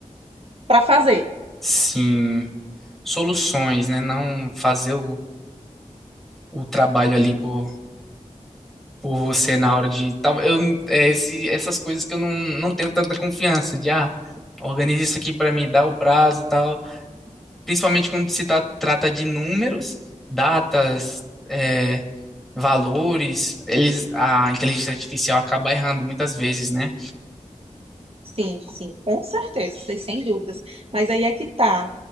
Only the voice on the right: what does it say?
para fazer.
Sim, sim, com certeza, sem sem dúvidas. Mas aí é que tá.